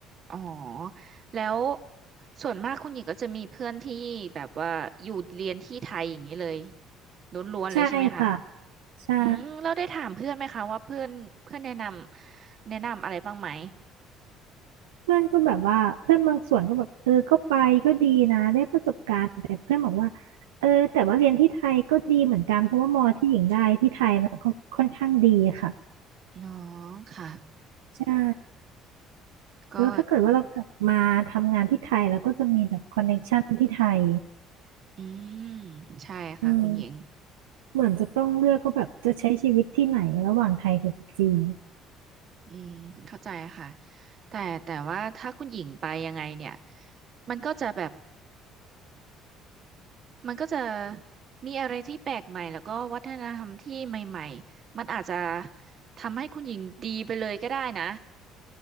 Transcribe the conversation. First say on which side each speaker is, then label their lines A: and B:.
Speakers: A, on the right; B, on the right.
A: อ๋อแล้วส่วนมากคุณหญิงก็จะมีเพื่อนที่แบบว่าอยู่เรียนที่ไทยอย่างนี้เลยล้วนๆเลยใช่ไหมคะ
B: ใช่ค่ะใช่
A: อืมเราได้ถามเพื่อนไหมคะว่าเพื่อนเพื่อนแนะนำแนะนำอะไรบ้างไหม
B: เพื่อนก็แบบว่าเพื่อนบางส่วนก็แบบเออก็ไปก็ดีนะได้ประสบการณ์แต่เพื่อนบอกว่าเออแต่ว่าเรียนที่ไทยก็ดีเหมือนกันเพราะว่ามอที่หญิงได้ที่ไทยมันก็ค่อนข้างดีค่ะ
A: อ๋อค่ะ
B: ใช่
A: ก็
B: แล้วถ้าเกิดว่าเรากลับมาทำงานที่ไทยเราก็จะมีแบบคอนเน c t ชันที่ไทย
A: อืมใช่ค่ะคุณหญิง
B: อืมเหมือนจะต้องเลือกว่าแบบจะใช้ชีวิตที่ไหนระหว่างไทยกับจีน
A: อืมเข้าใจค่ะแต่แต่ว่าถ้าคุณหญิงไปยังไงเนี่ยมันก็จะแบบมันก็จะมีอะไรที่แปลกใหม่แล้วก็วัฒนธรรมที่ใหม่ๆมันอาจจะทำให้คุณหญิงดีไปเลยก็ได้นะ